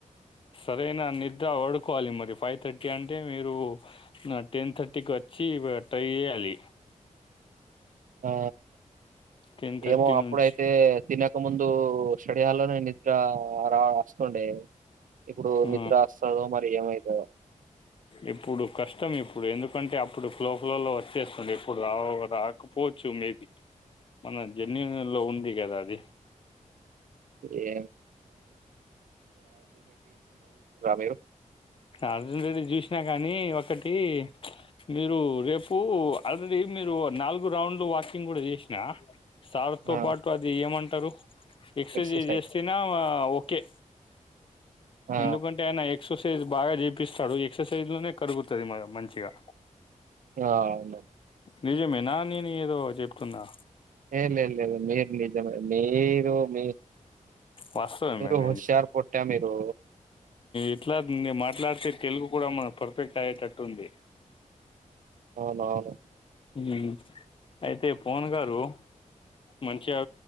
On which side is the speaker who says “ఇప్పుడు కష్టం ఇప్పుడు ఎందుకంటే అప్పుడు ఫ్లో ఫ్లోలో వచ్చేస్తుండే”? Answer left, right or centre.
Left